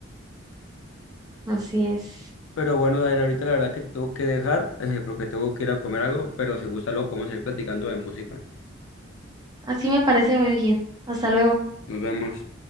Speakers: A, on the right; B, on the left.
A: Así es.
B: Pero bueno, Dair, ahorita la verdad que te tengo que dejar eh, porque tengo que ir a comer algo, pero si gusta luego podemos seguir platicando de música.
A: Así me parece muy bien. Hasta luego.
B: Nos vemos.